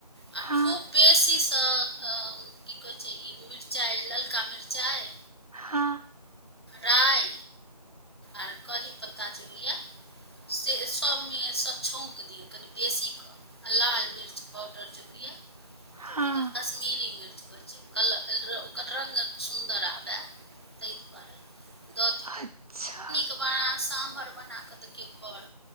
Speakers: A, on the left (about 40°); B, on the right (about 60°).
A: आ
B: हँ
A: खूब बेसीसँ की कहै छै ई मिर्चाइ, ललका मिर्चाई
B: हँ।
A: राई आर करी पत्ता जे होइये से सभ मेसँ छौँक दियौ, कनि बेसी कऽ आ लाल मिर्च पाउडर जे होइये
B: हँ
A: कश्मीरी मिर्च होइ छै, ओकर रङ्ग सुन्दर आबय तै दुआरे। दियौ
B: अच्छा।
A: तऽ अहां सांभर बनाकऽ देखियौ घर